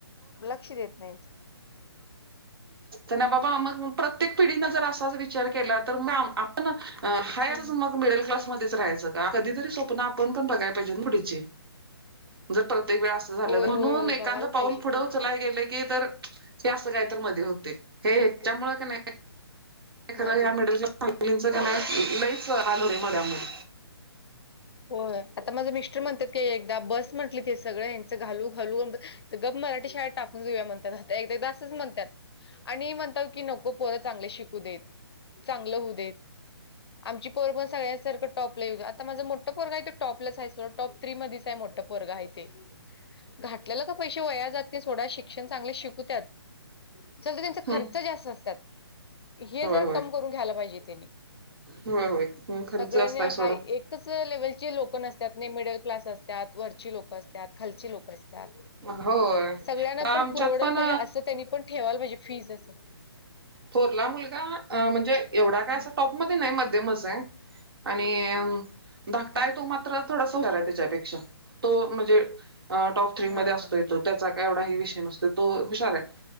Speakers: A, on the left (about 65°); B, on the right (about 60°).
A: लक्ष देत नाहीत.
B: बाबा मग प्रत्येक पिढीने जर, असाच विचार केला. आपण हायच
A: हम्म.
B: म मिडल क्लास. मध्येच राहायच का? कधीतरी तर स्वप्न आपण पण बघाय पाहिजेत पुढची. जर प्रत्येक वेळा अस झाल
A: होय
B: त. म्हणून
A: होय होय
B: एकांद
A: बघायला
B: पाऊल
A: पाहिजे
B: पुढं
A: की
B: उचलायला गे ते तर, हे असं काय तर मधी होतंय. हे ह्याच्यामुळे कनी खरं
A: मध्ये
B: ह्या मिडल क्लास फॅमिलीच का नाही. लईच हाल होतेय मधल्या मध्ये.
A: होय, आता माझं मिस्टर म्हणतात की, एकदा बस म्हटली ते सगळं यांचं घालू घालू. गप मराठी शाळेत टाकून जाऊया म्हणतात. आ एकदादा असच म्हणतात. आणि म्हणतात की नको पोर चांगले शिकू देत, चांगलं होऊ देत. आमची पोर सगळ्यांसारखं टॉपला येऊ दे. आता माझा मो मोठ पोरगये तर टॉपलाच आहे. टॉप थ्री मध्येच आहे मोठं पोरग आहे ते. घातलेला का पैसे वया जात नाही सोडा. शिक्षण चांगले शिकूद्यात. चल तर, त्यांचा खर्च
B: हम्म.
A: जास्त असतात. हे
B: होय
A: जर
B: होय
A: कम करून घ्यायला पाहिजे त्यांनी.
B: होय होय खर्च
A: सगळ्यांनी
B: असताय सोडा
A: हा एक लेव्हलची लोक नसतात. मिडल क्लास असतात. वरची लोकं असतात. खालची लोकं असतात. त्यात,
B: होय.
A: सगळ्यांना
B: आमच्यात
A: पण पुरवडेल
B: पण
A: पाहिजे. असं त्यांनी पण ठेवाला पाहिजे. फीज असं.
B: थोरला मुलगा अ म्हणजे एवढा काय
A: हं,
B: असा टॉपमध्ये नाय मध्यमच हाय. आणि अं धाकटा
A: हं.
B: हाय तो मात्र थोडासां हुशार हाय त्याच्यापेक्षा तो म्हणजे अ टॉप थ्री मध्ये
A: हां,
B: असतोय
A: हां.
B: तो. त्या काय एवढा हे विषय नसतो तो हुशार आहे